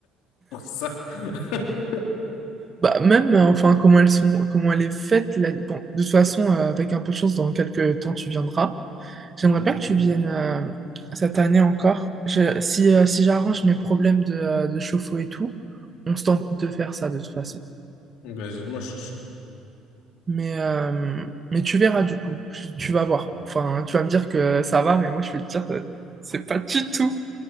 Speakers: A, on the left (about 75°); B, on the right (about 30°).
A: Pour ça. <laughs>
B: Bah même, euh, enfin, comment elles sont, comment elle est faite. la- Bon, de toute façon, euh, avec un peu de chance, dans quelques temps, tu viendras. J'aimerais
A: Oui.
B: bien que tu viennes euh, cette année encore. Je- si euh, si j'arrange mes problèmes de, euh, de chauffe-eau et tout, on se tente de faire ça de toute façon.
A: Donc, vas-y, moi, je suis chaud.
B: Mais, euh, mais tu verras du coup, tu, tu vas voir. Enfin, tu vas me dire que ça va, mais moi je vais te dire, euh, c'est pas du tout.